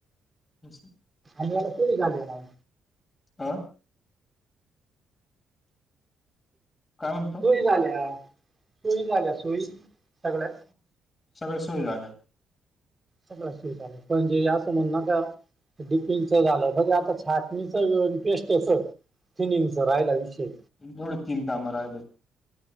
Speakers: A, on the left (about 25°); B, on the right (about 20°).
A: आस.
B: आणि <unintelligible>
A: हा. काय म्हणता.
B: सोयी झाल्या सोई झाल्या सोई सगळ्या-
A: सगळं सोई झालं.
B: सगळ्या सोई झाल्या पण जे आसं म्हणु नका. डिपिंचं झालं बघा आता छाटणीच अन् पेस्टचं-. <unintelligible> रायला विषय.
A: तेवढे तीन काम राहिले.